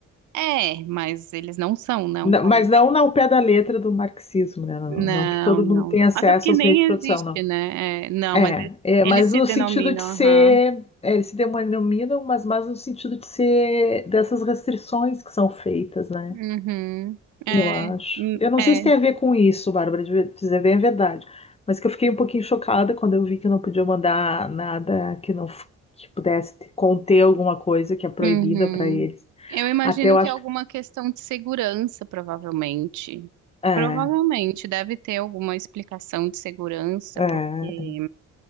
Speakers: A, on the right (about 75°); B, on the left (about 20°).
A: É, mas eles não são, né,
B: Não,
A: um país
B: Mas não ao pé da letra do marxismo, né? Não,
A: Não,
B: não que todo
A: não.
B: mundo tenha acesso
A: Até porque
B: aos
A: nem
B: meios de produção,
A: existe,
B: não.
A: né? É, não,
B: É,
A: mas eles,
B: é,
A: eles
B: mas
A: se
B: no
A: denominam,
B: sentido de ser,
A: aham.
B: é, eles se denominam, mas, mas no sentido de ser dessas restrições que são feitas, né?
A: Uhum. É,
B: Eu acho.
A: hum,
B: Eu não
A: é,
B: sei se tem a ver com isso, Bárbara, de dizer bem a verdade, mas que eu fiquei um pouquinho chocada quando eu vi que não podia mandar nada que não f- que pudesse conter alguma coisa que é proibida
A: uhum.
B: para eles.
A: Eu imagino
B: Até eu acho
A: que é alguma
B: que.
A: questão de segurança, provavelmente.
B: É,
A: Provavelmente deve ter alguma explicação de segurança,
B: é. é.
A: porque,